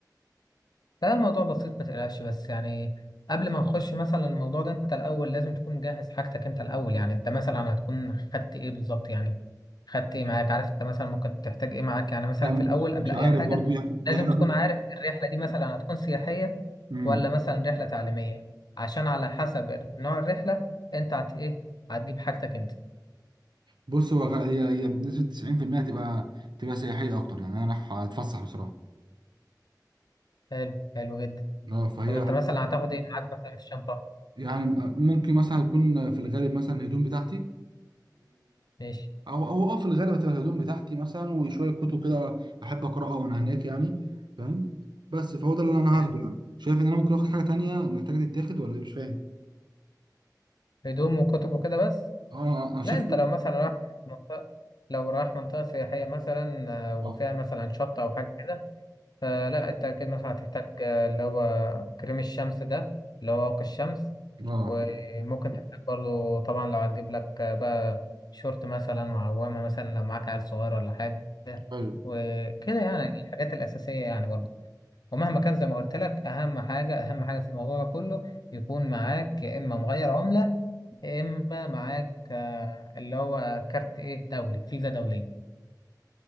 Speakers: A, on the left (about 65°); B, on the right (about 85°).
A: لا الموضوع بسيط ما تقلقش بس يعني قبل ما نخش مثلا الموضوع ده انت الاول لازم تكون مجهز حاجتك انت الاول يعني انت مثلا هتكون خدت ايه بالظبط يعني خدت ايه معاك عارف انت مثلا ممكن تحتاج ايه معاك يعني مثلا
B: لا م-
A: في الاول قبل
B: مش
A: اي
B: عارف
A: حاجة
B: برضو يعني دي
A: لازم
B: حاجه
A: تكون عارف الرحلة دي مثلا هتكون سياحية
B: مم.
A: ولا مثلا رحلة تعليمية عشان على حسب نوع الرحلة انت هت ايه هتجيب حاجتك انت
B: بص هو غ- هي هي بنسبه 90% هتبقى تبقى تبقى سياحيه اكتر يعني انا رايح اتفسح بصراحه
A: حلو حلو جدا
B: اه فهي
A: طب انت مثلا هتاخد ايه معاك مثلا في الشنطة
B: يعني آه، ممكن مثلا يكون في الغالب مثلا الهدوم بتاعتي
A: ماشي
B: او او اه في الغالب هتبقى الهدوم بتاعتي مثلا وشويه كتب كده احب اقراها وانا هناك يعني فاهم بس فهو ده اللي انا
A: حلو
B: هاخده يعني شايف ان انا ممكن اخد حاجه تانية محتاجه تتاخد ولا إيه؟ مش فاهم
A: هدوم وكتب وكده بس
B: اه آه، آه، انا شايف
A: لا انت
B: إن-
A: لو مثلا رايح منطقة لو رايح منطقة سياحية مثلا آه، وفيها
B: اه
A: مثلا شط أو حاجة كده فلا انت أكيد مثلا هتحتاج آه، اللي هو كريم الشمس ده اللي هو واقي الشمس
B: اه
A: وممكن تحتاج برضه طبعا لو هتجيب لك آه، بقى شورت مثلا وعوامة مثلا لو معاك عيل صغير ولا حاجة
B: ايوه
A: وكده يعني الحاجات الأساسية يعني برضه ومهما كان زي ما قلت لك أهم حاجة أهم حاجة في الموضوع ده كله يكون معاك يا إما مغير عملة يا اما معاك آه، اللي هو كارت ايه دولي فيزا دوليه